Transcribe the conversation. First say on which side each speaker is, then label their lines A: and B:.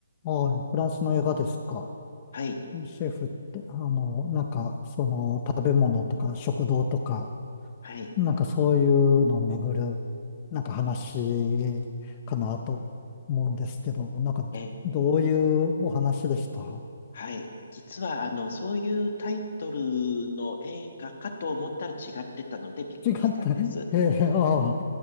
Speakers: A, on the left (about 30°); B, on the left (about 55°).
A: あ、フランスの映画ですか。
B: はい、
A: シェフって、あの、なんか、その、食べ物とか、食堂とか、
B: はい。
A: なんかそういうのをめぐる、なんか話かなと思うんですけど、なんかどういうお話でした
B: えーはい。実は、あの、そういうタイトルの映画かと思ったら違ってたのでびっくりしたんです。
A: 違った。<laughs> ええ、ああ、